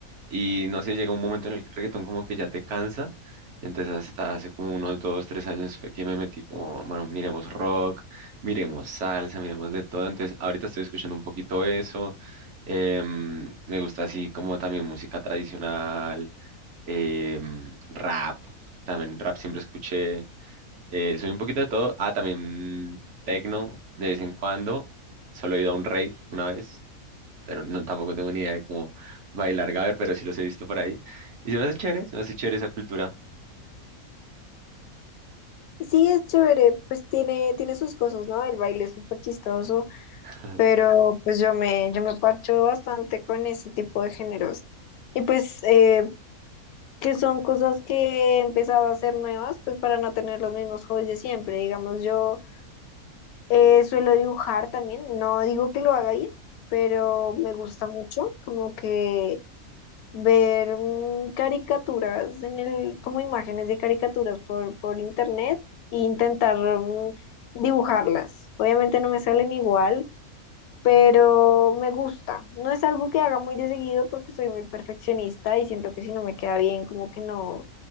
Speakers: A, on the right; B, on the left.
A: Y no sé, llega un momento en el que el reggaetón como que ya te cansa. Entonces hasta hace como unos dos, tres años fue que me metí como, bueno, miremos rock, miremos salsa, miremos de todo. Entonces ahorita estoy escuchando un poquito eso. Em, me gusta así como también música tradicional, em, rap, también rap siempre escuché. Eh, soy un poquito de todo. Ah, también tecno de vez en cuando. Solo he ido a un rave una vez, pero no, tampoco tengo ni idea de cómo bailar gaber, pero sí los he visto por ahí. Y se me hace chévere, se me hace chévere esa cultura.
B: Sí, es chévere, pues tiene, tiene sus cosas, ¿no? El baile es súper chistoso.
A: <laughs>
B: pero pues yo me, yo me parcho bastante con ese tipo de géneros. Y pues eh, que son cosas que he empezado a hacer nuevas, pues para no tener los mismos hobbies de siempre. Digamos, yo eh, suelo dibujar también, no digo que lo haga bien, pero me gusta mucho como que ver mm, caricaturas en el, como imágenes de caricaturas por, por internet e intentar mm, dibujarlas. Obviamente no me salen igual, pero me gusta. No es algo que haga muy de seguido porque soy muy perfeccionista y siento que si no me queda bien, como que no,